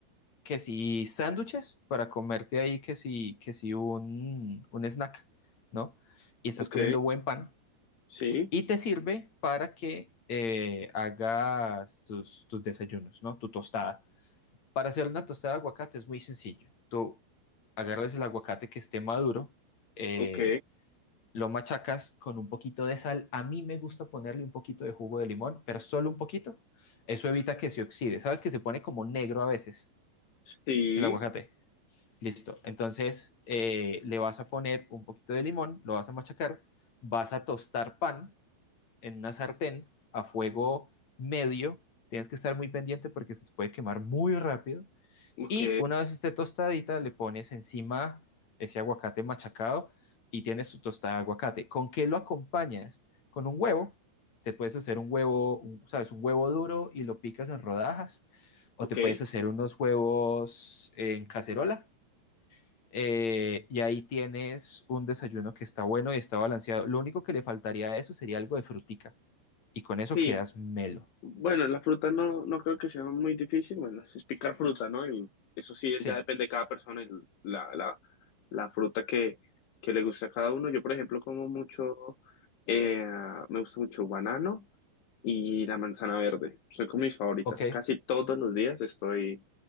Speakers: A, on the left; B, on the left.
A: que si sándwiches para comerte ahí, que si, que si un, un snack, ¿no? Y estás
B: ok,
A: comiendo buen pan
B: sí,
A: y te sirve para que eh, hagas tus, tus desayunos, ¿no? Tu tostada. Para hacer una tostada de aguacate es muy sencillo. Tú agarras el aguacate que esté maduro, eh,
B: ok,
A: lo machacas con un poquito de sal. A mí me gusta ponerle un poquito de jugo de limón, pero solo un poquito. Eso evita que se oxide. ¿Sabes que se pone como negro a veces
B: sí,
A: el aguacate? Listo. Entonces eh, le vas a poner un poquito de limón, lo vas a machacar, vas a tostar pan en una sartén a fuego medio. Tienes que estar muy pendiente porque se te puede quemar muy rápido.
B: ok,
A: Y una vez esté tostadita, le pones encima ese aguacate machacado y tienes tu tostada de aguacate. ¿Con qué lo acompañas? Con un huevo. Te puedes hacer un huevo, un- sabes, un huevo duro y lo picas en rodajas. O
B: ok,
A: te puedes hacer unos huevos en cacerola eh, y ahí tienes un desayuno que está bueno y está balanceado. Lo único que le faltaría a eso sería algo de frutica. Y con eso
B: sí.
A: quedas melo.
B: Bueno, la fruta no, no creo que sea muy difícil. Bueno, es picar fruta, ¿no? Y eso sí,
A: Sí,
B: ya depende de cada persona y la, la, la fruta que, que le guste a cada uno. Yo, por ejemplo, como mucho, eh, me gusta mucho banano y la manzana verde. Son como mis favoritas.
A: ok.
B: Casi todos los días estoy,